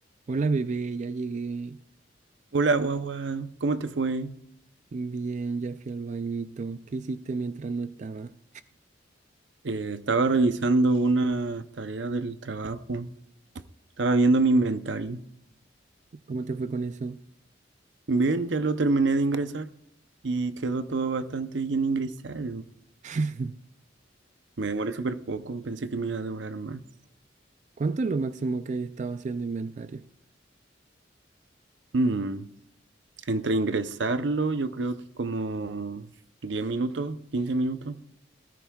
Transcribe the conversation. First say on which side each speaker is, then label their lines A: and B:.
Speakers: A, on the right; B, on the right.
A: Hola bebé, ya llegué.
B: Hola, guagua, ¿cómo te fue?
A: Bien, ya fui al bañito. ¿Qué hiciste mientras no estaba?
B: Eh, estaba revisando una tarea del trabajo, estaba viendo mi inventario.
A: ¿Cómo te fue con eso?
B: Bien, ya lo terminé de ingresar y quedó todo bastante bien ingresado.
A: <laughs>
B: Me demoré súper poco, pensé que me iba a demorar más.
A: ¿Cuánto es lo máximo que he estado haciendo inventario?
B: Mm, Entre ingresarlo, yo creo que como 10 minutos, 15 minutos.